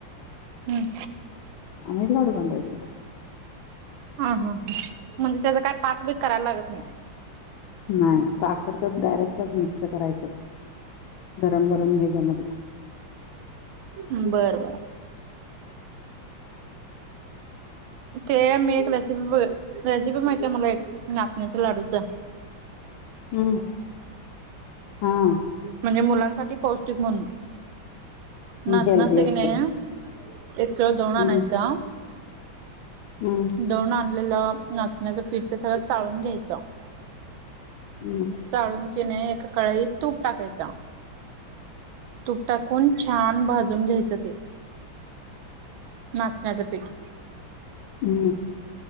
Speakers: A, on the right; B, on the left.
A: हम्म
B: आणि लाडू बांधायचं.
A: हा, हा हं म्हणजे त्याचा काय पाक बीक करायला लागत नाही.
B: नाही साखर तच डायरेक्टचं मिक्स करायचं गरम -गरम हेच्या मध्ये.
A: बरं -बरं, ते मी एक रेसिपी बघ रेसिपी माहिती आहे, मला एक नाचण्याचा लाडूचं
B: हम्, हा...
A: म्हणजे मुलांसाठी पौष्टिक म्हणून नाचनं
B: हेल्दी
A: असतयं
B: असतं
A: की नाही एक किलो दळून आणायचा
B: हम्म हम्म
A: दळुन आणलेलं नाचण्याचं पीठ ते सगळं चाळून घ्यायचं.
B: हम्....
A: चाळून कि नई एका कढाईत तूप टाकायचा, तूप टाकून 'छान भाजून घ्यायचं ते, नाचण्याचं पीठ'
B: हम्,